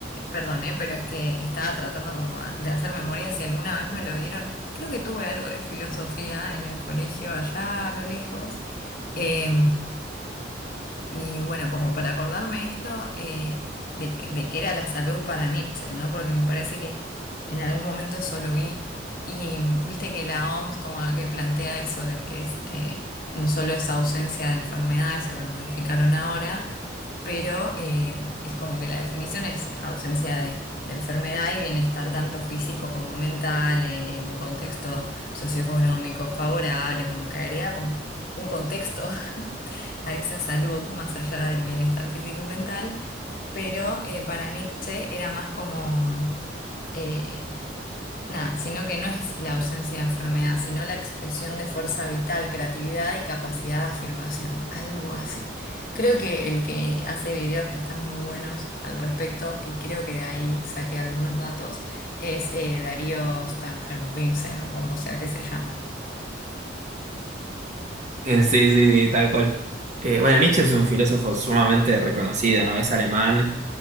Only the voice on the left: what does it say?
perdón, eh, pero es que estaba tratando como de hacer memoria si alguna vez me lo dieron. Creo que tuve algo de filosofía en el colegio allá a lo lejos. Eh, Y bueno, como para acordarme esto, eh, de, que- de qué era la salud para Nietzsche, ¿no? Porque me parece que en algún momento eso lo vi. Y mm, viste que la OMS como que plantea eso de que es eh, no solo es ausencia de enfermedad, eso lo modificaron ahora, pero eh, es como que la definición es ausencia de, de enfermedad y bienestar tanto físico como mental, eh, en un contexto socioeconómico favorable, como que agrega como un contexto a esa salud, más allá del bienestar físico y mental, pero eh, para Nietzsche era más como, mm, eh, nada, sino que no es la ausencia de enfermedad, sino la expresión de fuerza vital, creatividad y capacidad de afirmación, algo así. Creo que el que hace videos que están muy buenos al respecto, y creo que de ahí saqué algunos datos, es eh, Darío Stangenvinsen, o como sea que se llame.